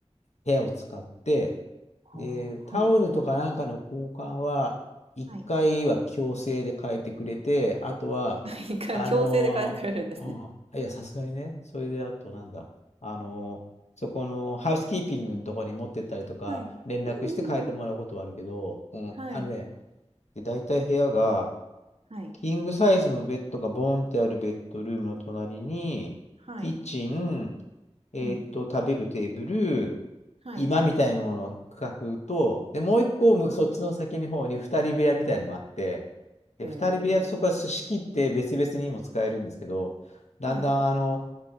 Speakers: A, on the left; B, on the right.
A: 部屋を使って、
B: は
A: で、タオルとかなんかの交換は、
B: あ。はいはい。
A: 1回は強制で変えてくれて、
B: はい。
A: あとは、
B: <laughs> 一回強制で変えてくれるんですね。
A: あのーうん、いや、さすがにね、それであとなんだ、あのーそこのハウスキーピングのところに持ってったりとか、
B: はい。はい。
A: 連絡して変えてもらうことはあるけど、
B: うんうんうん。
A: うん、
B: はい、
A: あのね、で、大体部屋が、
B: はい、
A: キングサイズのベッドがボーンってあるベッドルームの隣に、
B: はい、
A: キッチン、えーっと、
B: うん。
A: 食べるテーブル、
B: はい、
A: 居間みたいなのの区画と、で、もう一個む、そっちの先の方に二人部屋みたいのがあって、
B: は
A: で、
B: い、へ
A: 二人部屋とそこは仕切って別々にも使えるんですけど、
B: え。
A: だんだんあの、
B: はい、